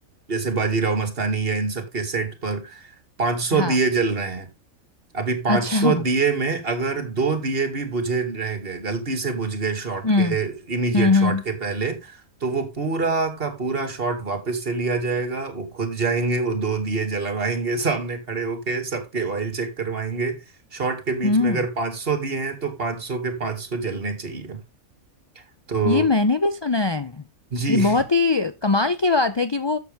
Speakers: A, on the right; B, on the left.
A: जैसे बाजीराव मस्तानी या इन सब के सेट पर 500
B: हाँ
A: दिए जल रहे हैं अभी 500
B: अच्छा
A: दिए में अगर दो दिए भी बुझे रह गए गलती से बुझ गए शॉट
B: हम्म
A: के इमीडिएट
B: हम्म
A: शॉट
B: हम्म
A: के पहले तो वो पूरा का पूरा शॉट वापस से लिया जाएगा वो खुद जाएंगे वो दो दिए जलवाएंगे सामने खड़े होके सबके ऑयल चेक करवाएंगे शॉट के बीच
B: हम्म
A: में अगर 500 दिए हैं तो 500 के 500 जलने चाहिए तो
B: ये मैंने भी सुना है
A: जी
B: ये बहुत ही कमाल की बात है कि वो